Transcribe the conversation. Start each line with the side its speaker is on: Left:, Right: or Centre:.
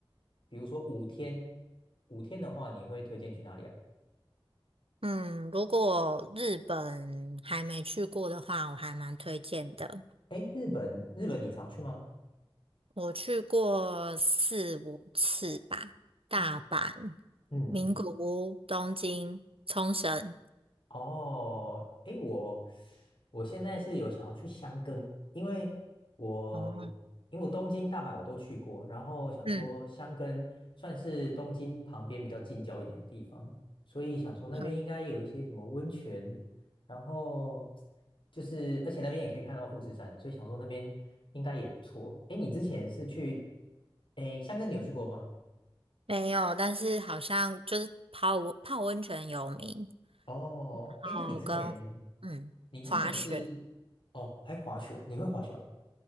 Left: 比如说五天，五天的话，你会推荐去哪里啊？
Right: 嗯，如果日本还没去过的话，我还蛮推荐的。
Left: 哎，日本，日本你常去吗？
Right: 我去过四五次吧，大阪、
Left: 哎，嗯。
Right: 名古屋、东京、冲绳。
Left: 哦，诶，我我现在是有想要去箱根，因为我因为我东京、
Right: 哦，
Left: 大阪我都去过，然后想说箱根算是东京旁边比较近郊一点的地方，
Right: 嗯
Left: 所以想说那边应该有一些什么温泉，
Right: 嗯，
Left: 然后就是而且那边也可以看到富士山，所以想说那边应该也不错。诶，你之前是去，诶，箱根你有去过吗？
Right: 没有，但是好像就是泡温泡温泉有名，
Left: 哦，
Right: 然后跟嗯滑雪
Left: 哎，那你之前，你之前是，哦，还滑雪哦，你会滑雪哦？